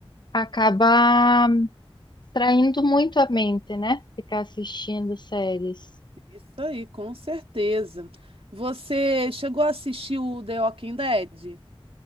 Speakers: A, on the left (about 50°); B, on the right (about 65°).
A: acaba traindo muito a mente, né? Ficar assistindo séries.
B: Isso aí, com certeza. Você chegou a assistir o The Walking Dead?